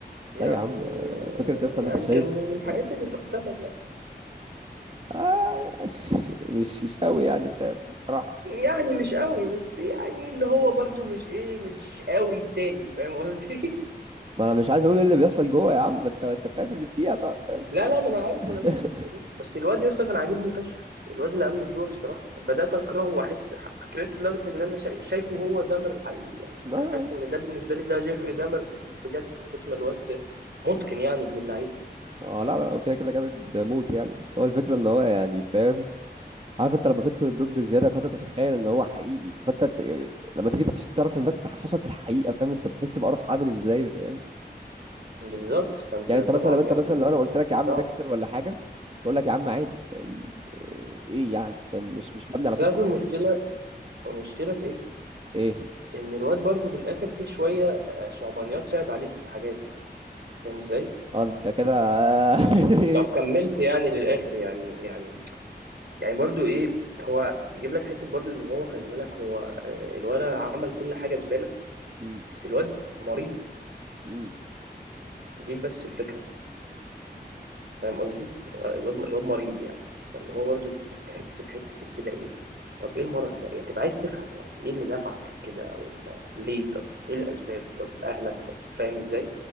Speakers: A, on the right; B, on the right.
A: يعني
B: لا يا عم آه، فكره يا اسطى ان
A: يعني
B: انت شايف
A: كان من الحاجات اللي تحتمل يعني
B: آه، <laughs> مش مش قوي يعني فاهم بصراحه
A: يعني مش قوي بس يعني اللي هو برضو مش ايه مش قوي التاني فاهم قصدي
B: ما انا مش عايز اقول ايه اللي بيحصل جوه يا عم ما انت ما انت فاهم اللي فيها بقى
A: <laughs>
B: فاهم
A: لا لا ما انا عارف
B: <laughs>
A: ما انا شفته ما أنا شفته بس الواد يا اسطى كان عاجبني فشخ الواد اللي عامل الدور الصراحه بدات اكرهه واحس حك- كرهته لدرجه ان انا شا- شايفه هو دامر الحقيقي يعني
B: لا لا
A: حاسس
B: لا.
A: ان ده بالنسبه لي ده جيفري دامر ب- ب- بجد من كتر ما الواد متقن يعني ابن اللعيبه
B: اه لا لا هو كده كده جامد موت يعني بس هو الفكره ان هو يعني فاهم عارف انت لما تدخل الدب بزياده فانت تتخيل ان هو حقيقي فانت ت- لما تيجي تش- تعرف ان ده تت- حصل في الحقيقه فاهم انت بتحس بقرف عامل ازاي فاهم
A: بالظبط فانت
B: يعني
A: طبعا
B: انت مثلا لو انت
A: يعني
B: مثلا لو انا قلت لك يا عم
A: صعب
B: ديكستر ولا حاجه كنت اقول لك يا عم عادي فاهم ايه إيه يعني فاهم مش مش مبني على قصه
A: تعرف المشكله
B: حقيقية.
A: المشكله في ايه
B: ايه
A: ان الواد برضو في الاخر فيه شويه آه، صعبانيات صعب عليك في حاجات فاهم ازاي
B: اه ده انت كده <laughs>
A: لو كملت يعني للاخر يعني يعني يعني برضو ايه هو بيجيب لك حته برضو ان هو خلي بالك هو آه، الولد عمل كل حاجه زباله
B: م-
A: بس الواد مريض
B: م.
A: دي بس الفكره فاهم قصدي الو- الواد الواد مريض يعني فاللي هو برضو تت- تحس بحته كده ايه طب ايه المرض ده يعني تبقى عايز تفهم يعني ايه اللي دفعك لكده او انت ليه طب ايه الاسباب طب اهلك طب فاهم ازاي